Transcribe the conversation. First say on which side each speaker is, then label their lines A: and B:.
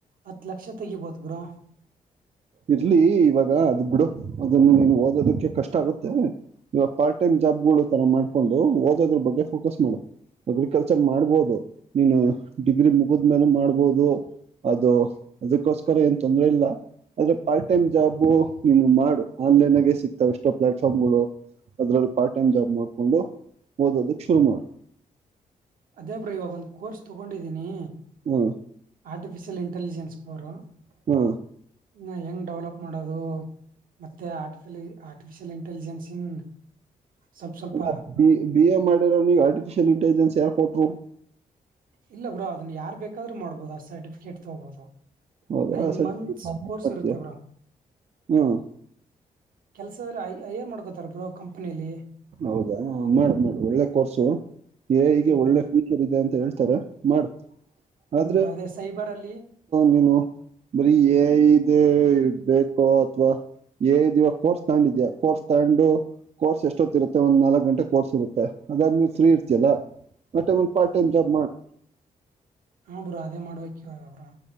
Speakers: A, on the right; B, on the right.
A: ಹತ್ ಲಕ್ಷ ತೆಗಿಬೋದು ಬ್ರೋ
B: ಇರ್ಲಿ ಇವಾಗ ಅದು ಬಿಡು ಅದನ್ನು ನೀನು ಓದೋದಕ್ಕೆ ಕಷ್ಟ ಆಗುತ್ತೆ ಇವಾಗ ಪಾರ್ಟ್ ಟೈಮ್ ಜಾಬ್ ಗಳು ತರ ಮಾಡ್ಕೊಂಡು ಓದೋದ್ರ ಬಗ್ಗೆ ಫೋಕಸ್ ಮಾಡು ಅಗ್ರಿಕಲ್ಚರ್ ಮಾಡ್ಬೋದು ನೀನು ಡಿಗ್ರಿ ಮುಗಿದ ಮೇಲೆ ಮಾಡ್ಬೋದು ಅದು ಅದಕ್ಕೋಸ್ಕರ ಏನ್ ತೊಂದ್ರ ಇಲ್ಲ ಆದ್ರೆ ಪಾರ್ಟ್ ಟೈಮ್ ಜಾಬು ನೀ ಮಾಡು ಆನ್ಲೈನ್ಗೇ ಸಿಕ್ತಾವ ಎಷ್ಟೋ ಪ್ಲಾಟ್ಫಾರ್ಮ್ಗಳು ಇದ್ರಲ್ ಪಾರ್ಟ್ ಟೈಮ್ ಜಾಬ್ ಮಾಡ್ಕೊಂಡು ಓದೋದಕ್ ಶುರು ಮಾಡು.
A: ಅದೇ ಬ್ರೊ ಇವಗೊಂದ್ ಕೋರ್ಸ್ ತೊಗೊಂಡಿದೀನಿ.
B: ಹ್ಮ
A: ಆರ್ಟಿಫಿಷಿಯಲ್ ಇಂಟೆಲಿಜೆನ್ಸ್ ಬ್ರೊ
B: ಹ್ಮ
A: ನಾ ಹೆಂಗ್ ಡೆವ್ಲಪ್ ಮಾಡೋದು, ಮತ್ತೆ ಆರ್ಟಿಫಲಿ ಆರ್ಟಿಫಿಷಿಯಲ್ ಇಂಟೆಲಿಜೆನ್ಸ್ ಇನ್ ಸ್ವಲ್ಪ ಸ್ವಲ್ಪ
B: ಅಬ್ ಬಿ, ಬಿ ಎ ಮಾಡಿರೋನಿಗ್ ಆರ್ಟಿಫಿಷಿಯಲ್ ಇಂಟೆಲಿಜೆನ್ಸ್ ಯಾರ್ ಕೊಟ್ರು?
A: ಇಲ್ಲ ಬ್ರೋ ಅದನ್ ಯಾರ್ ಬೇಕಾದ್ರು ಮಾಡ್ಬೋದು ಆ ಸರ್ಟಿಫಿಕೇಟ್ ತಗೋಬೋದು
B: ಹೌದಾ
A: ನಂಗ್
B: ಸರಿ
A: ನನ್ಸ್ ಕೋರ್ಸ್
B: ಮಾಡ್ತೀಯ
A: ಇರುತ್ತೆ ಬ್ರೊ
B: ಹ್ಮ್
A: ಕೆಲ್ಸದ್ರೆ ಐ ಐಯರ್ ಮಾಡ್ಕೋತರೆ ಬ್ರೋ ಕಂಪನಿಲಿ.
B: ಹೌದಾ ಮಾಡ್ ಮಾಡು, ಒಳ್ಳೆ ಕೋರ್ಸು ಎ ಐ
A: ಹ್ಮ್
B: ಗೆ ಒಳ್ಳೆ
A: ಬ್ರೋ
B: ಫ್ಯು ಫ್ಯಾಚರ್ ಇದೆ ಅಂತ ಹೇಳ್ತರೆ ಮಾಡು.
A: ಹ್ಮ
B: ಆದ್ರೆ
A: ಬ್ರೊ ಅದೆ ಸೈಬರಲ್ಲಿ
B: ನೀನು ಬರೀ ಎ ಐ ದೆ ಬೇಕೋ ಅತ್ವಾ ಏ ಐದ್ ಇವಾಗ್ ಕೋರ್ಸ್ ತಗಂಡಿದ್ಯಾ, ಕೋರ್ಸ್ ತಗಂಡು ಕೋರ್ಸ್ ಎಷ್ಟೊತ್ ಇರುತ್ತೆ ಒಂದ್ ನಾಲಕ್ ಗಂಟೆ ಕೋರ್ಸ್ ಇರುತ್ತೆ, ಅದಾದ್ಮೇಲೆ ಫ್ರೀ ಇರ್ತಿಯಲ್ಲ ಆ ಟೈಮಲ್ ಪಾರ್ಟ್ ಟೈಮ್ ಜಾಬ್ ಮಾಡ್
A: ಹು ಬ್ರೊ ಅದೇ ಮಾಡ್ಬೇಕ್ ಇವಾಗ ಬ್ರೊ.